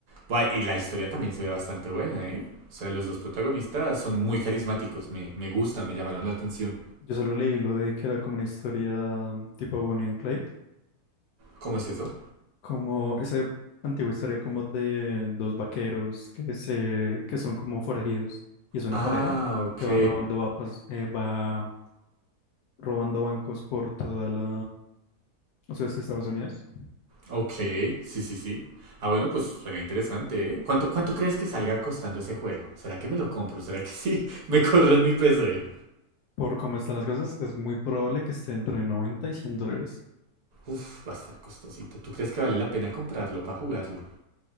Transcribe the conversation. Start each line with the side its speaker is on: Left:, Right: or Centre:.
Right: Buah, y la historia también se ve bastante buena, ¿eh? O sea, los dos protagonistas son muy carismáticos, me, me gustan, me llamaron la atención.
Left: Yo solo leí lo de que era como una historia mm, tipo Bonnie and Clyde,
Right: ¿Cómo es eso?
Left: como esa antigua historia como de dos vaqueros que se que son como forajidos y es una
Right: Ah,
Left: pareja
Right: ok.
Left: que va robando vapas, eh, va robando bancos por toda la o sea, es Estados Unidos.
Right: Ok, sí, sí, sí. Ah, bueno, pues suena interesante, ¿eh? ¿Cuánto, cuánto crees que salga costando ese juego? ¿Será que me lo compro? ¿Será que sí? <laughs> Me corre en mi PC.
Left: Por cómo están las cosas, es muy probable que esté entre 90 y 100 dólares.
Right: Uf, va a estar costosito. ¿Tú crees que vale la pena comprarlo para jugarlo?